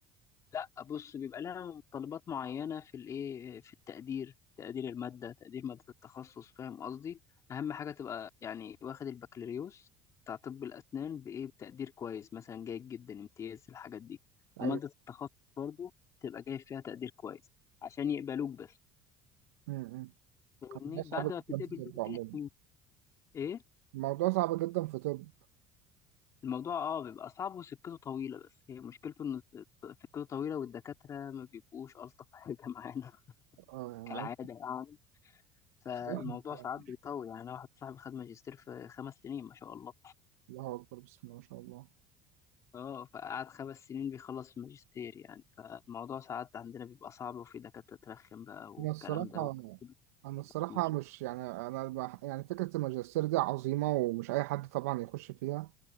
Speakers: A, on the left; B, on the right.
A: لا بص بيبقى لها طلبات معينة في الايه في التقدير تقدير المادة تقدير مادة التخصص فاهم قصدي أهم حاجة تبقى يعني واخد البكالوريوس بتاع طب الأسنان بإيه بتقدير كويس مثلا جيد جدا امتياز الحاجات دي ومادة
B: ايوه
A: التخصص برضو تبقى جايب فيها تقدير كويس عشان يقبلوك بس
B: امم
A: فاهمني
B: الموضوع
A: بعد
B: صعب
A: ما
B: جدا
A: بتتقبل
B: في
A: بقى
B: طب عموما
A: ثلاث سنين إيه
B: الموضوع صعب جدا في طب
A: الموضوع اه بيبقى صعب وسكته طويلة بس هي مشكلته إن سكته طويلة والدكاترة ما بيبقوش ألطف حاجة <laughs> معانا
B: اه يعني
A: كالعادة
B: عايز
A: يعني فالموضوع
B: صراحة يعني
A: ساعات بيطول يعني أنا واحد صاحبي خد ماجستير في خمس سنين ما شاء الله
B: الله اكبر بسم الله ما شاء الله
A: اه فقعد خمس سنين بيخلص الماجستير يعني فالموضوع ساعات عندنا بيبقى صعب وفي دكاترة ترخم بقى والكلام
B: انا الصراحه
A: ده وتعقيد
B: انا الصراحه
A: كتير
B: مش يعني انا بح- يعني فكره الماجستير دي عظيمه ومش اي حد طبعا يخش فيها